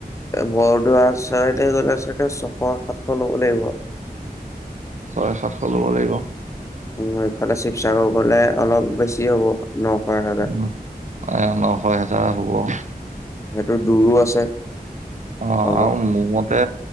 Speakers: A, on the left (about 20°); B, on the right (about 50°).
A: বৰদোৱা চাইদ গ'লে চাগে ছশ সাতশ ল'ব লাগিব।
B: ছয় সাতশ ল'ব লাগিব।
A: উ' এইফালে শিৱসাগৰ গলে অলপ বেছি হ'ব নশ এহেজাৰ।
B: উ' এ নশ হেজাৰ হ'ব।
A: সহটো দূৰো আছে
B: অ'
A: অলপ
B: আৰু মোৰ মতে